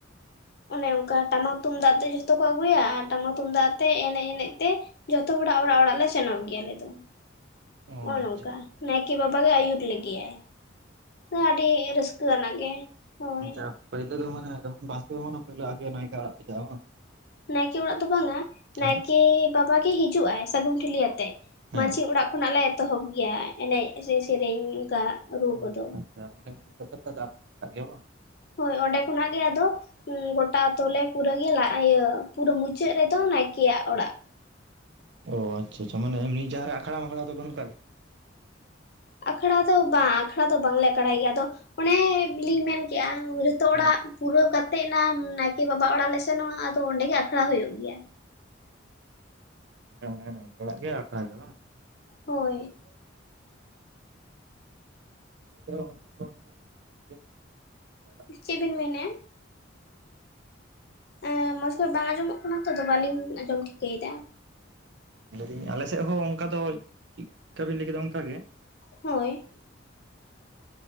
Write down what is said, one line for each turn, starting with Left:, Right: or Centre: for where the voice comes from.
Left: ᱚᱱᱮ ᱚᱱᱠᱟ ᱴᱟᱢᱟᱠ ᱛᱩᱢᱫᱟᱜ ᱛᱮ ᱡᱷᱚᱛᱚ ᱠᱚ ᱟᱹᱜᱩᱭᱟ ᱟᱨ ᱴᱟᱢᱟᱠ ᱛᱩᱢᱫᱟᱜ ᱛᱮ ᱮᱱᱮᱡ ᱮᱱᱮᱡ ᱛᱮ ᱡᱷᱚᱛᱚ ᱦᱚᱲᱟᱜ ᱚᱲᱟᱜ ᱚᱲᱟᱜ ᱞᱮ ᱥᱮᱱᱚᱜ ᱜᱮᱭᱟ ᱟᱞᱮ ᱫᱚ
Right: ᱚ
Left: ᱱᱚᱜ-ᱚ ᱱᱚᱝᱠᱟ
Right: ᱟᱪᱪᱷᱟ ᱟᱪᱪᱷᱟ
Left: ᱱᱟᱭᱠᱮ ᱵᱟᱵᱟ ᱜᱮ ᱟᱹᱭᱩᱨ ᱞᱮᱜᱮᱭᱟᱭ ᱟᱹᱰᱤ ᱨᱟᱹᱥᱠᱟᱹ ᱠᱟᱹ ᱠᱟᱱᱟ ᱜᱮ ᱦᱳᱭ
Right: ᱟᱪᱪᱷᱟ ᱯᱟᱹᱭᱞᱟᱹ ᱫᱚ ᱢᱟᱱᱮ ᱵᱟᱥᱠᱮ ᱢᱟᱦᱟ ᱯᱟᱹᱭᱞᱟᱹ ᱟᱜᱮ ᱱᱟᱭᱠᱮ ᱚᱲᱟᱜ ᱯᱮ ᱪᱟᱜ-ᱟ ᱵᱟᱝ
Left: ᱱᱟᱭᱠᱮ ᱚᱲᱟᱜ ᱫᱚ ᱵᱟᱝᱼᱟ
Right: ᱛᱟᱦᱚᱞᱮ
Left: ᱱᱟᱭᱠᱮ ᱵᱟᱵᱟ ᱜᱮ ᱦᱤᱡᱩᱜ ᱟᱭ ᱥᱟᱹᱜᱩᱱ ᱴᱷᱤᱞᱤ ᱟᱛᱮᱜ
Right: ᱦᱮᱸ
Left: ᱢᱟᱹᱡᱷᱤ ᱚᱲᱟᱜ ᱠᱷᱚᱱᱟᱜ ᱞᱮ ᱮᱛᱚᱦᱚᱵ ᱜᱮᱭᱟ ᱮᱱᱮᱡ ᱥᱮ ᱥᱮᱨᱮᱧ ᱚᱱᱠᱟ ᱨᱩ
Right: ᱚ
Left: ᱠᱚᱫᱚ
Right: ᱟᱪᱪᱷᱟ ᱟᱪᱪᱷᱟ ᱚᱸᱰᱮ ᱠᱷᱚᱱ <unintelligible> ᱵᱟᱝ
Left: ᱦᱳᱭ ᱚᱸᱰᱮ ᱠᱷᱚᱱᱟᱜ ᱜᱮ ᱟᱫᱚ ᱦᱩᱸ ᱜᱚᱴᱟ ᱟᱛᱳ ᱯᱩᱨᱟᱹ ᱜᱮᱭᱟ ᱞᱟ ᱤᱭᱟᱹ ᱯᱩᱨᱟᱹ ᱢᱩᱪᱟᱹᱫ ᱨᱮᱫᱚ ᱱᱟᱭᱠᱮᱭᱟᱜ ᱚᱲᱟᱜ
Right: ᱚ ᱟᱪᱪᱷᱟ ᱟᱪᱪᱷᱟ ᱢᱟᱱᱮ ᱢᱤ ᱡᱟᱦᱟᱸ ᱨᱮ ᱟᱠᱷᱟᱲᱟ ᱢᱟᱠᱷᱟᱲᱟ ᱫᱚ ᱵᱟᱹᱱᱩᱜ ᱠᱟᱫ ᱜᱮᱭᱟ
Left: ᱟᱠᱷᱟᱲᱟ ᱫᱚ ᱵᱟᱝ ᱟᱠᱷᱟᱲᱟ ᱫᱚ ᱵᱟᱝᱞᱮ ᱟᱠᱷᱲᱟᱭ ᱜᱮᱭᱟ ᱟᱫᱚ ᱚᱱᱮ ᱞᱤᱧ ᱢᱮᱱ ᱠᱮᱜ-ᱟ ᱡᱚᱛᱚ
Right: ᱢᱟᱱᱮ
Left: ᱚᱲᱟᱜ ᱯᱩᱨᱟᱹᱣ ᱠᱟᱛᱮᱜ ᱱᱟᱢ ᱱᱟᱭᱠᱮ ᱵᱟᱵᱟ ᱚᱲᱟᱜ ᱞᱮ ᱥᱮᱱᱚᱜ-ᱟ ᱟᱫᱚ ᱚᱸᱰᱮ ᱜᱮ ᱟᱠᱷᱟᱲᱟ ᱦᱩᱭᱩᱜ ᱜᱮᱭᱟ
Right: ᱮ ᱚᱱᱟ ᱱᱟᱭᱠᱮ ᱚᱲᱟᱜ ᱜᱮ ᱟᱠᱷᱲᱟ ᱦᱩᱭᱩᱜ-ᱟ ᱵᱟᱝ
Left: ᱦᱳᱭ
Right: <unintelligible>
Left: ᱪᱮᱫ ᱵᱤᱱ ᱢᱮᱱᱮᱫᱼᱟ ᱮᱸ ᱢᱚᱸᱡᱽ ᱠᱷᱚᱡ ᱵᱟᱝ ᱟᱸᱡᱚᱢᱚᱜ ᱠᱟᱱᱟ ᱛᱚ ᱵᱟᱞᱤᱧ ᱟᱸᱡᱚᱢ ᱴᱷᱤᱠᱟᱹᱭ ᱫᱟ
Right: ᱞᱟᱹᱭᱫᱟᱹᱧ ᱟᱞᱮ ᱥᱮᱫ ᱦᱚᱸ ᱚᱱᱠᱟ ᱫᱚ ᱪᱮᱫᱠᱟᱵᱤᱱ ᱞᱟᱹᱭ ᱠᱮᱫᱟ ᱚᱱᱠᱟ ᱜᱮ
Left: ᱦᱳᱭ